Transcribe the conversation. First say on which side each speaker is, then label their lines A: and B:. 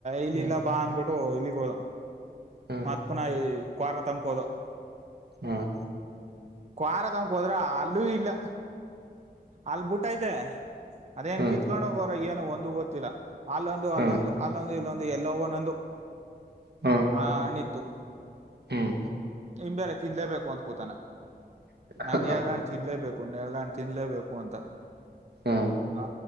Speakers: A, on the right; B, on the right.
A: ಇಲ್ಲಿಲ್ಲ
B: ಹ್ಮ್
A: ಬಾ ಅಂದ್ಬಿಟ್ಟು ಹೋ ಇಲ್ಲಿಗೋ
B: ಹ್ಮ್
A: ಮತ್ ಪುನಃ ಈ ಕೊರ ತ್ ಕೋದು
B: ಹ್ಮ್
A: ಕ್ವಾರ ತಮಕ್ ಹೋದ್ರ ಅಲ್ಲೂ ಇಲ್ಲ ಅಲ್ ಬುಟ್ಟ ಐತೆ ಅದೇನ್
B: ಹ್ಮ್
A: ಕಿತ್ಕೊಂಡ್ ಹೋಗೋರ ಏನ್ ಒಂದು ಗೊತ್ತಿಲ್ಲ ಅಲ್ಲೊಂದು
B: ಹ್ಮ್
A: ಅಲ್ಲೊಂದು ಅಲ್ಲೊಂದು ಇಲ್ಲೊಂದು ದು ಎಲ್ಲ ನೊಂದು
B: ಹ್ಮ್ ಹ್ಮ್
A: ಹಾ ಅನಿತು
B: ಹ್ಮ್
A: ಹಂಬೇಲೆ ತಿನ್ಲೇಬೇಕು ಅಂತ್ ಕೂತಾನ ನನ್
B: ಹಾ
A: ನ ತಿಲೇಬೇಕೇಕು ಕು ಎಲ್ಲ ಅಾಣ ತಿನ್ಲ್ಲೇಬೇಕು ಕುವಂತ
B: ಹ್ಮ್
A: ಹ